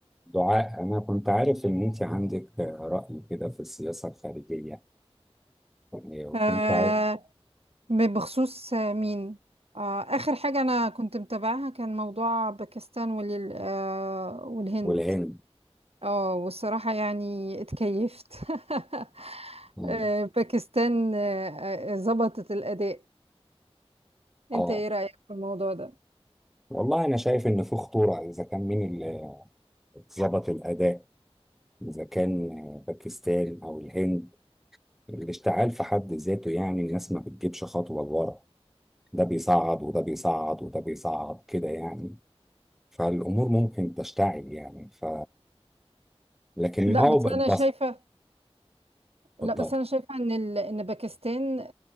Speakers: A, in the centre; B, on the right (about 70°).
A: دعاء أنا كنت عارف إن أنت عندك رأي كده في السياسة الخارجية يعني وكنت
B: آه
A: عارف
B: بخصوص آه، مين آه آخر حاجة أنا كنت متابعها كان موضوع باكستان وال آه والهند
A: والهند
B: اه والصراحة يعني اتكيفت <laughs>
A: مم.
B: آه باكستان آه، آه، ظبطت الأداء انت
A: آه
B: ايه رأيك في الموضوع ده
A: والله أنا شايف إن في خطورة إذا كان مين اللي ظبط الأداء إذا كان باكستان أو الهند الاشتعال في حد ذاته يعني الناس ما بتجيبش خطوة لورا ده بيصعد وده بيصعد وده بيصعد كده يعني فالأمور ممكن تشتعل يعني ف لكن
B: لا
A: آه
B: بس
A: بقت
B: أنا
A: بس
B: شايفة لا
A: اتفضل
B: بس أنا شايفة إن ال... إن باكستان آه